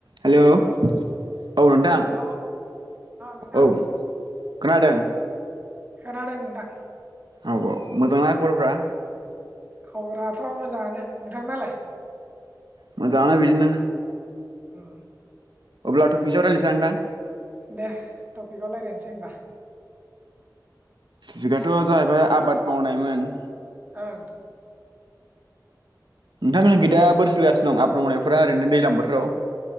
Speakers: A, on the right; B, on the right.
A: हेलौ औ
B: हेल'
A: नोंथां
B: हेल' ओ नोंथां
A: औ खोनादों?
B: खोनादों नोंथां।
A: औ औ मोजांना खबरफ्रा?
B: खबराथ' मोजाङानो। नोंथांनालाय?
A: मोजांआनो बिदिनो।
B: ओ
A: अब्ला थ'फिकनिसायाव रायलायनोसां नोंथां?
B: दे टपिकाव रायलायनोसै होनबा।
A: बिगाथ' जाहैबाय आबाद मावनायमोन।
B: ओं
A: नोंथांमोन
B: आबाद
A: खैदा बोरै सोलिगासिनो दं आबाद मावनाय फ्रा ओरैनो दैज्लां बोथोराव?